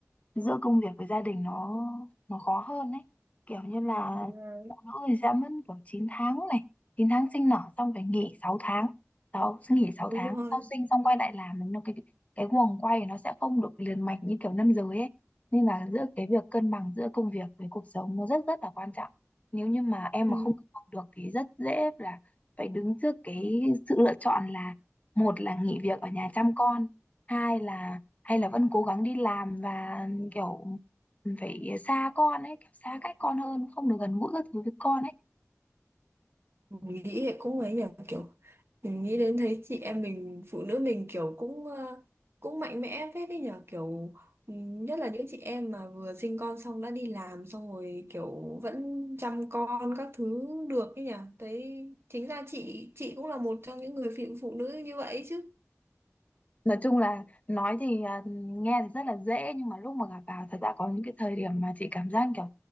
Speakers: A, on the left; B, on the right.
A: giữa công việc với gia đình nó nó khó hơn ấy. Kiểu như là
B: Đúng rồi.
A: phụ nữ thì sẽ mất kiểu 9 tháng này, 9 tháng sinh nở xong phải nghỉ 6 tháng, 6 nghỉ sáu
B: Đúng
A: tháng,
B: rồi.
A: sau sinh xong quay lại làm nó cái cái guồng quay nó sẽ không được liền mạch như kiểu nam giới ấy. Nên là giữa cái việc cân bằng giữa công việc với cuộc sống nó rất rất là quan trọng. Nếu như mà em
B: Ừ.
A: mà không cân bằng được thì rất dễ là phải đứng trước cái sự lựa chọn là một là nghỉ việc ở nhà chăm con hai là hay là vẫn cố gắng đi làm và kiểu phải xa con ấy kiểu xa cách con hơn không được gần gũi các thứ với con ấy
B: Mình nghĩ thì cũng ấy nhỉ kiểu mình nghĩ đến thấy chị em mình phụ nữ mình kiểu cũng ờ, cũng mạnh mẽ phết đấy nhở kiểu ừ, nhất là những chị em mà vừa sinh con xong đã đi làm xong rồi kiểu vẫn chăm con các thứ được ấy nhỉ thấy chính ra chị chị cũng là một trong những người phụ phụ nữ như vậy chứ
A: nói chung là nói thì à, nghe thì rất là dễ nhưng mà lúc mà gặp vào thật ra có những cái thời điểm mà chị cảm giác kiểu